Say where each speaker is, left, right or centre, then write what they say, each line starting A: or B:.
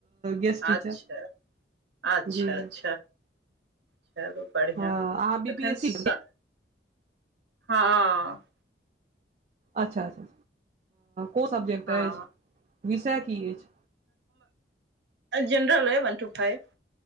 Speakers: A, on the right; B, on the right.
A: गेस्ट टीचर
B: अच्छा अच्छा
A: जी
B: अच्छा चलु बढ़िआ
A: हँ अहाँ बी
B: तखन
A: पी एस सी
B: स हँ
A: अच्छा अच्छा क सब्जेक्ट
B: हँ
A: एछ विषय की एछ
B: जनरल वन टू फाइव